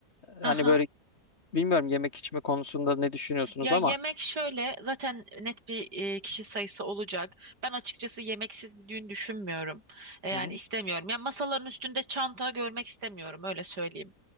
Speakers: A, on the right; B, on the left.
A: Hı
B: Hani
A: hı.
B: böyle bilmiyorum yemek içme konusunda ne düşünüyorsunuz
A: Ya
B: ama.
A: yemek şöyle zaten net bir e, kişi sayısı olacak. Ben açıkçası yemeksiz bir düğün düşünmüyorum. E,
B: Hı
A: yani
B: hı.
A: istemiyorum. Ya masaların üstünde çanta görmek istemiyorum öyle söyleyeyim.